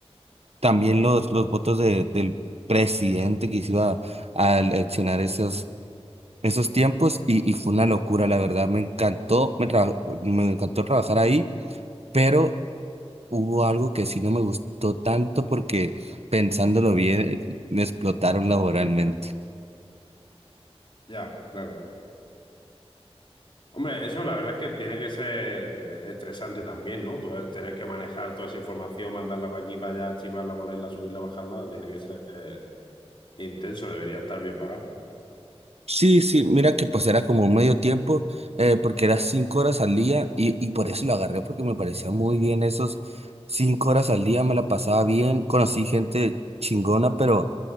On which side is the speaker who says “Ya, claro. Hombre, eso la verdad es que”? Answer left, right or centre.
Left